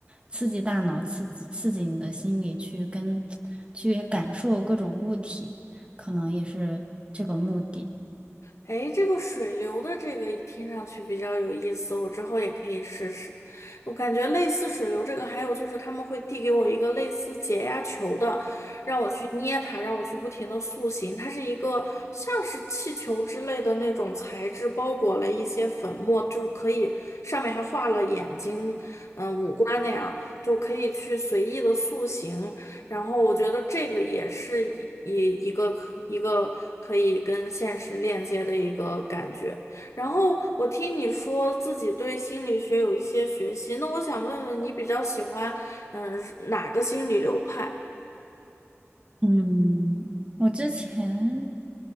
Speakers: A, on the right; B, on the left.
A: 刺激大脑，刺激刺激你的心理去跟去感受各种物体，可能也是这个目的。
B: 哎，这个水流的这个听上去比较有意思，我之后也可以试试。我感觉类似水流这个，还有就是他们会递给我一个类似解压球的，让我去捏它，让我去不停的塑形。它是一个像是气球之类的那种材质，包裹了一些粉末，就是可以上面还画了眼睛，观那样，就可以去随意的塑形。然后我觉得这个也是一一一个可一个可以跟现实链接的一个感觉。然后我听你说自己对心理学有一些学习，那我想问问你比较喜欢嗯哪个心理流派
A: 嗯，我之前，